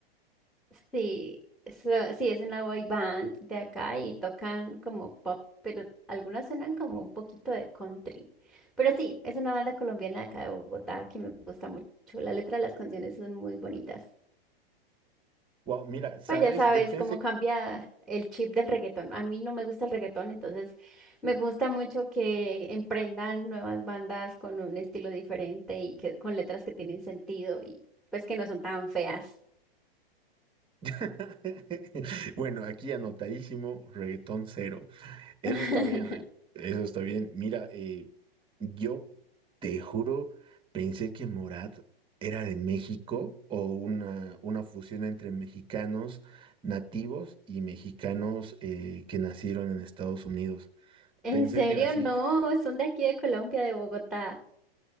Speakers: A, in the centre; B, on the right.
A: Sí, so- sí, es una boy band de acá y tocan como pop, pero algunas suenan como un poquito de country. Pero sí, es una banda colombiana de acá de Bogotá que me gusta mucho. La letra de las canciones son muy bonitas.
B: Wow, mira, ¿sabes?
A: Pues ya sabes
B: Yo pensé
A: cómo cambia el chip del reggaetón. A mí no me gusta el reggaetón, entonces me gusta mucho que emprendan nuevas bandas con un estilo diferente y que con letras que tienen sentido y pues que no son tan feas.
B: <laughs> Bueno, aquí anotadísimo, reggaetón cero. Eso
A: <laughs>
B: está bien, ¿eh? Eso está bien. Mira, eh, yo te juro, pensé que Morat era de México o una, una fusión entre mexicanos nativos y mexicanos eh, que nacieron en Estados Unidos.
A: En
B: Pensé
A: serio,
B: que era así.
A: no, son de aquí de Colombia, de Bogotá.